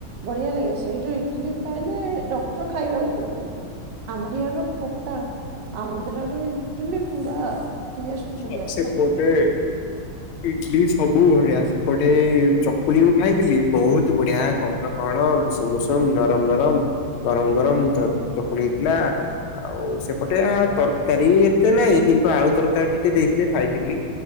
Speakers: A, on the right; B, on the left.
A: ବଢ଼ିଆ ଲାଗେ ସେଇଠୁ ଇଡିଲି ଖାଇଲେ ଡକ୍ଟର ଖାଇବାକୁ କୋହୁଚନ୍ତି। ଆମର ଇୟାଡର ଖୋଟା ଆନ୍ଧ୍ରାର ଇଟିଲି ପୁରା ଟେଷ୍ଟ
B: ଛୁଆ
A: ବଢିଆ।
B: ସେ ପଡ଼େ। ଇଟ୍ଲିଯ୍ ସବୁ ବଢ଼ିଆ ସେପଟେ ଚକୁଳି ମୁଁ ଖାଇଥିଲି ବହୁତ୍ ବଢ଼ିଆ। ପକ୍ର କଣ ବୁଷୁମ ମୁଷୁମ ନରମ ନରମ ଗରମ ଗରମ ଧ ଚକୁଳି ହେଇଥିଲା। ଆଉ ସେପଟେ ଆ ତରକାରୀ ଏତେ ନହିଁ କିନ୍ତୁ ଆଳୁ ତରକାରୀ ଟିକେ ଦେଇଥିଲେ ଖାଇଥିଲି।